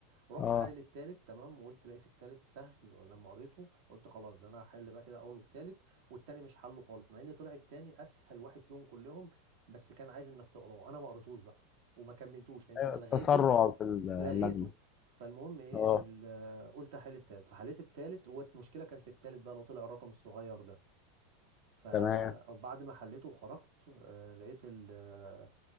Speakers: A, on the right; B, on the left.
A: رحت
B: اه
A: حلل التالت تمام وقلت لقيت التالت سهل ولما قريته قلت خلاص ده انا هحل بقى كده الاول والتالت والتاني مش حله خالص مع ان طلع التاني اسهل واحد فيهم كلهم بس كان عايز انك تقراه انا ما قريتوش بقى وما كملتوش لان
B: أيوة،
A: انا لغيته
B: التسرع في
A: لغيته
B: اللجنة
A: فالمهم ايه
B: اه
A: ال- قلت هحل التالت فحليت التالت والمشكله كان في التالت بقى لو طلع الرقم الصغير ده فبعد
B: تمام
A: ما حليته وخرجت آه، لقيت ال- آه،